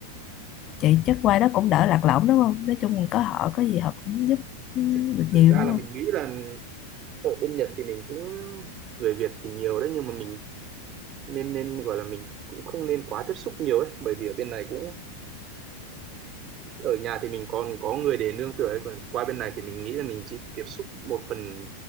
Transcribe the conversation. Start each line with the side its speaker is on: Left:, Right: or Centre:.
Left: vậy chắc qua đó cũng đỡ lạc lõng đúng không nói chung là có họ có gì họ cũng giúp ừ,
Right: thực,
Left: được
Right: ra
Left: nhiều đúng
Right: là
Left: không
Right: mình nghĩ là ở bên Nhật thì mình cũng người Việt thì nhiều đấy nhưng mà mình nên nên gọi là mình cũng không nên quá tiếp xúc nhiều ấy bởi vì ở bên này cũng ở nhà thì mình còn có người để nương tựa ấy còn qua bên này thì mình nghĩ là mình chỉ tiếp xúc một phần